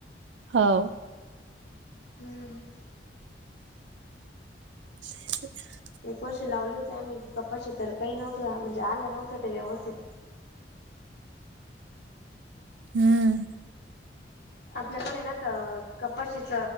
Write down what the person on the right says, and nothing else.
हो.
<unintelligible>
हम्म.